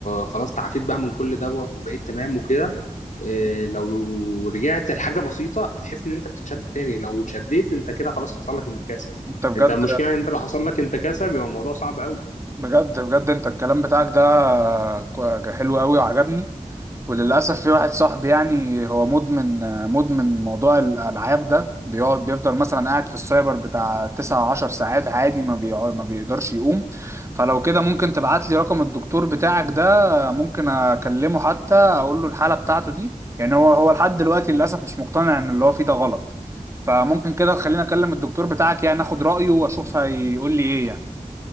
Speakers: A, on the left; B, on the right.
A: خلاص تعافيت بقى من كل دوت وبقيت تمام وكده إيه، لو رجعت لحاجه بسيطه بتحس ان انت بتتشد تاني لو اتشديت انت كده خلاص حصل لك انتكاسه
B: انت بجد
A: انت المشكله ان انت لو حصل لك انتكاسه بيبقى الموضوع صعب قوي
B: بجد بجد انت الكلام بتاعك ده كو- حلو قوي وعجبني وللاسف في واحد صاحبي يعني هو مدمن مدمن موضوع الالعاب ده بيقعد بيفضل مثلا قاعد في السايبر بتاع 9 10 ساعات عادي ما بيقعد ما بيقدرش يقوم فلو كده ممكن تبعت لي رقم الدكتور بتاعك ده ممكن اكلمه حتى اقول له الحالة بتاعته دي يعني هو هو لحد دلوقتي للاسف مش مقتنع ان اللي هو فيه ده غلط فممكن كده تخليني اكلم الدكتور بتاعك يعني اخد رأيه واشوف هيقول لي ايه يعني.